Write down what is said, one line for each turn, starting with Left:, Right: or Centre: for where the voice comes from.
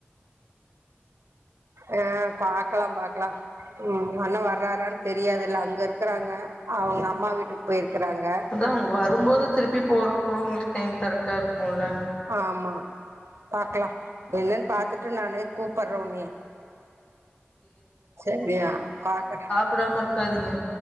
Right: ஆ பாக்லா பாக்லா ம் உங்க அண்ண வர்றாரான் தெரியாதுல்ல அங்க ருக்குறாங்க அவுங்க ம்மா வீட்டுக்கு போயிருக்குறாங்க
Left: அதா அவுங்க வரும்போது திருப்பி போறக்கூட உங்ளுக் டைம் கரெட்டா இருக்குல்ல
Right: ஆமா பாக்லா என்னன்னு பாத்துட்டு நானு கூப்புட்ற உன்னைய்ய செரியா பாக்குற
Left: ப்டாம இருக்காதீங்க